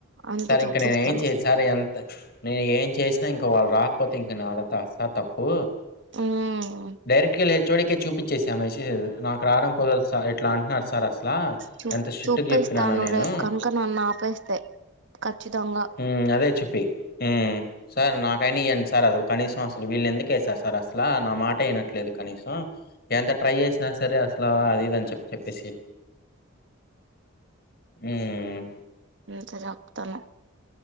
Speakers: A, on the right (about 55°); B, on the left (about 45°).
A: అంతే
B: సార్
A: చూపిస్తాను
B: ఇంక నేను ఏం చేయను సార్ ఎంత నేను ఏం చేసినా ఇంక వాళ్ళు రాకపోతే ఇంక నా వల్ల కాదు సార్ తప్పు
A: మ్మ్
B: డైరెక్ట్గా వెళ్ కే చూపించేసా మెసేజ్ నాకు రాడం స ఇట్ల అంటున్నారు సార్ అసలా
A: చూ
B: ఎంత స్ట్రిక్ట్
A: చూపిస్తాను
B: గా చెప్తున్నానో నేను
A: రేపు కనుక నన్ను ఆపేస్తే ఖచ్చితంగా
B: హ్మ్ అదే చూపీ హ్మ్ సార్ నాకైనా ఇయ్యండి సార్ అంది కనీసం అసలు వీళ్ళు ఎందుకు వేసారు సార్ అసలా నా మాటేయినట్లేదు కనీసం హ్మ్ ఎంత ట్రై చేసిన సరే అస్ ఆ అదిఇదని చెప్పి చెప్పేసెయ్ హ్మ్
A: ఇంతెచెప్తాను